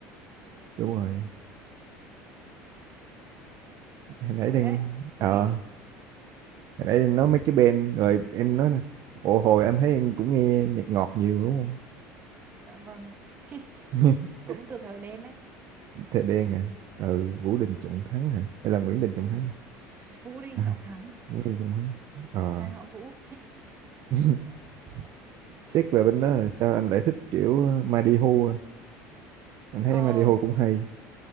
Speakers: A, on the right; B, on the right.
A: đúng rồi hồi nãy
B: hay
A: đang
B: đấy thú
A: ờ
B: vị
A: nãy em nói mấy cái band rồi em nói nè ồ hồi anh thấy em cũng nghe nhạc ngọt nhiều đúng không
B: dạ vâng <laughs>
A: <laughs>
B: cũng từ thời đen đấy
A: Thề Đen hả ừ Vũ Đình Trọng Thắng hả hay là Nguyễn Đình Trọng Thắng nè
B: Vũ Đinh
A: à,
B: Trọng Thắng
A: Vũ Đình Trọng Thắng ờ
B: trai họ Vũ
A: <laughs> xét về bên đó là sao anh lại thích kiểu Madihu à?
B: <laughs>
A: anh thấy
B: oh
A: Madihu cũng hay